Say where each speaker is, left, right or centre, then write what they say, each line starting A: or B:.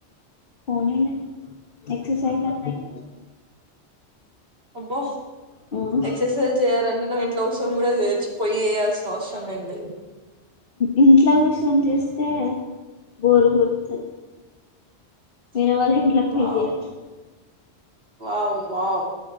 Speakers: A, on the left; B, on the right.
A: పోనీలే ఎక్సర్సైజ్ అన్న అయితది.
B: అబ్బా
A: మనకి ఉ
B: ఎక్సర్సైజ్ చేయాలంటే నువ్వు ఇంట్లో కుసోని కూడా చేయొచ్చు. పొయ్యి చేయాల్సిన అవసరం ఏం లేదు.
A: ఇంట్ల కుసోని చేస్తే బోరు కొడతది. వేరే వాళ్ళ ఇంట్లకి పోయి
B: వావ్
A: చేయచ్చు.
B: వావ్ వావ్